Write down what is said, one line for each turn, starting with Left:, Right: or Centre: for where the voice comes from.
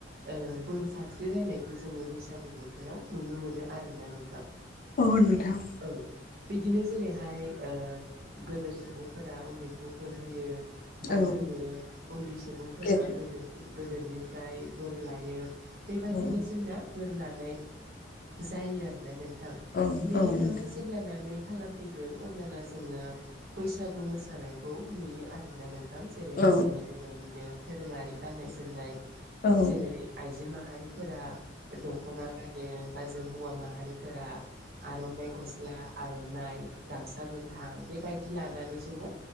Right: ओ बोर सानस्रिलायनायखौ जोङो बैसागु बोथोराव नुनो मोनो आरोना नोंथां।
Left: औ औ नोंथां
Right: औ बिदिनो जेरैहाय ओ गोदोर सुबुंफोरा उन्दैखौ बोर होयो। बा
Left: औ
Right: जोङो उन्दै सुबुंफोरा
Left: गेब्रे
Right: गोदो गोदोरनिफ्राय बोर लायो। बेबायदिनो
Left: औ
Right: जोंना बोर लानाय जायो आरोना नोंथां
Left: औ
Right: बेनि
Left: औ
Right: उनावहाय
Left: नोंथां
Right: जेब्लाना नै खालार फैगोन अब्लाना जोङो बैसागु मोसानायखौ नुयो आरोना नोंथां थां जेरैहाय
Left: औ
Right: जोङो बर'निनो दोरोङारि गान्नाय जोमनाय
Left: औ
Right: जेरै आइजो माहारिफोरा दख'ना गानो बा जों हौवा माहारिफोरा आर'नाइ गस्ला आर'नाइ गामसा गोथां बेबायदि लानानै जोङो